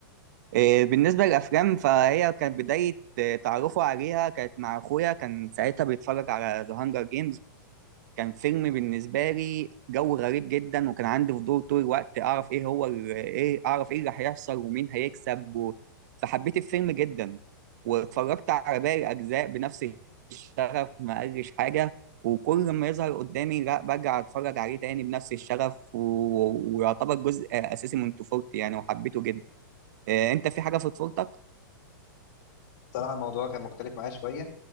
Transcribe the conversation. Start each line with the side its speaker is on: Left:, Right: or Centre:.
Right: إيه، بالنسبة للأفلام فهي كانت بداية إيه، تعرفه عليها كانت مع أخويا كان ساعتها بيتفرج على ذا هانجر جيمز كان فيلم بالنسبة لي جو غريب جدا وكان عندي فضول طول الوقت أعرف إيه هو ال- إيه أعرف إيه اللي هيحصل ومين هيكسب و... فحبيت الفيلم جدا واتفرجت على باقي الأجزاء بنفس الشغف ما قالش حاجة وكل ما يظهر قدامي لا برجع أتفرج عليه تاني بنفس الشغف و... ويعتبر جزء أساسي من طفولتي يعني وحبيته جدا آه، أنت في حاجة في طفولتك؟
Left: بصراحه الموضوع كان مختلف معايا شويه